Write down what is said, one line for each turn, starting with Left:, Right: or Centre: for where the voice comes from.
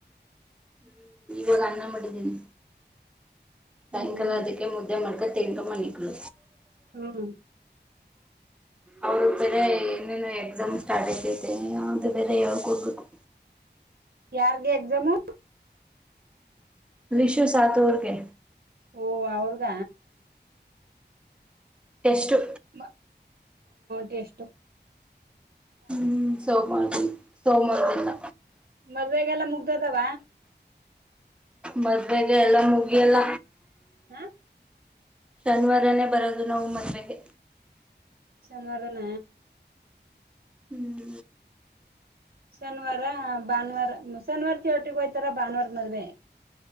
Centre: ಹ್ಮ್ ಇವಾಗ ಅನ್ನ ಮಾಡಿದೀನಿ ಸಾಯಂಕಾಲ
Right: ಹ್ಮ್
Centre: ಅದಕ್ಕೆ ಮುದ್ದೆ ಮಾಡ್ಕೊಂಡ ತಿನ್ಕೊ ಮಣಕ್ಳ
Right: ಹ್ಮ
Centre: ಅವರು ಬೇರೆ ಏನೇನು ಎಕ್ಸಾಮ್ ಸ್ಟಾರ್ಟ್ ಆಐತತೆ ಅ್ರ ಬೇರೆ ಯಾವಕ್ ಹೋಗಬೇಕು
Right: ಯಾರ್ಗೆ ಎಕ್ಸಾಮು
Centre: ವಿಷ್ವ ಸಾತುರ್ಗೆ
Right: ಓ ಅವ್ರಗ
Centre: ಎಷ್ಟು
Right: ಹ್ಮ ಟೇಸ್
Centre: ಹ್ಮ್ ಸೋಮವಾರ ಸೋಮವಾರದಲ್ಲ
Right: ಮದ್ವೆೆಗೆಲ್ಲ ಮುಗ್ದದಾವ
Centre: ಮದ್ವೆೆಗೆ ಎಲ್ಲ ಮುಗಿಯಲ್ಲ
Right: ಹಾ
Centre: ಶನಿವಾರನೇ ಬರೋದು ನಾವು ಮದ್ವೆೆಗೆ
Right: ಸನವಾರಣ
Centre: ಹ್ಮ್
Right: ಶನಿವಾರ ಭಾನುವಾರ ಶನಿವಾರ ಹೋಗ್ತಾರೆ ಭಾನುವಾರ ಮದುವೆ